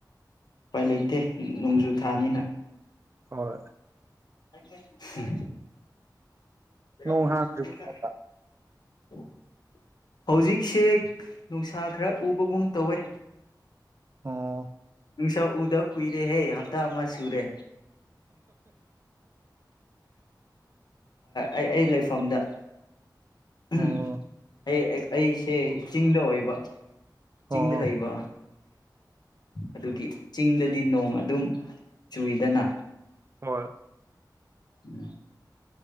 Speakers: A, on the left; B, on the right.
A: ꯎꯥꯏ ꯂꯩꯇꯦ ꯅꯣꯡꯖꯨ ꯊꯥꯅꯤꯅ
B: ꯍꯣꯏ
A: ꯎꯝ
B: ꯅꯣꯡ
A: ꯃꯦꯔꯝ
B: ꯍꯥꯡꯗ꯭ꯔꯤꯕ
A: ꯁꯃꯦ ꯊ ꯎ ꯍꯧꯖꯤꯛꯁꯦ ꯅꯨꯡꯁꯥ ꯈꯔ ꯎꯕꯒꯨꯝ ꯇꯧꯋꯦ
B: ꯑ
A: ꯏꯁ ꯎꯗꯛ ꯀꯨꯏꯔꯦ ꯍꯦ ꯇ ꯑꯃ ꯁꯨꯔꯦ ꯑꯩ ꯑꯩ ꯂꯩꯐꯝꯗ
B: ꯑꯣ
A: ꯎꯝ
B: ꯑꯩꯈꯣꯏꯁꯨ
A: ꯑꯩ ꯑꯩꯁꯦ ꯆꯤꯡ ꯍ ꯏꯕ
B: ꯑꯣ
A: ꯆꯤꯡꯗꯂꯏꯕ꯭ꯔ ꯑꯗꯨꯒꯤ ꯆꯤꯡꯗꯗꯤ ꯅꯣꯡ ꯑꯗꯨꯝ ꯆꯨꯏꯗꯅ
B: ꯍꯣꯏ
A: ꯎꯝ